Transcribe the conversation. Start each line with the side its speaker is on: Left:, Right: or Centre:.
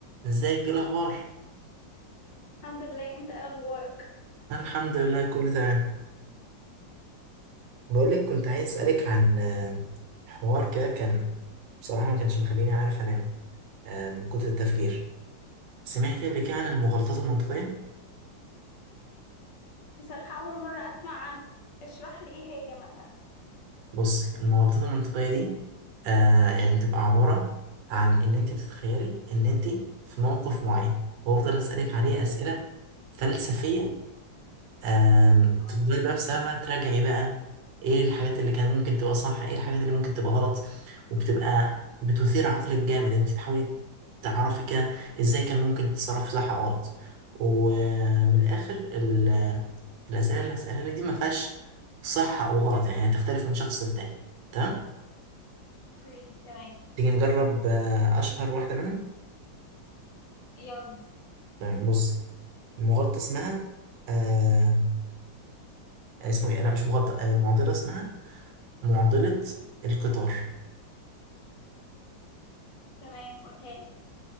Right: ازيك ايه الاخبار
Left: الحمد لله انت ايه اخبارك
Right: انا الحمد لله كله تمام بقولك كنت عايز اسالك عن آه، حوار كده كان بصراحه ما كانش مخليني عارف انام آه، من كتر التفكير سمعت قبل كده عن المغالطات المنطقيه
Left: بصراحة اول مرة اسمع عنها اشرح لي ايه هي مثلا
Right: بصي المغالطات المنطقيه دي آه يعني بتبقى عباره عن ان انت بتتخيلي ان انت في موقف معين وافضل اسالك عليه اسئله فلسفيه آم،
Left: اه
Right: تفضلي بقى بسببها تراجعي بقى ايه الحاجات اللي كان ممكن تبقى صح ايه الحاجات اللي ممكن تبقى غلط وبتبقى بتثير عقلك جامد انت تحاولي تعرفي كده ازاي كان ممكن تتصرفي صح او غلط ومن الاخر ال- الاسئله اللي هسألها لك دي ما فيهاش صح او غلط يعني هتختلف من شخص للتاني تمام
Left: اوكي تمام
Right: تيجي نجرب آه، اشهر واحده منهم
Left: يلا
Right: تمام بص المغالطه اسمها آه اسمه ايه لا مش مغالطه آه معضله اسمها معضله القطار
Left: تمام قولها لي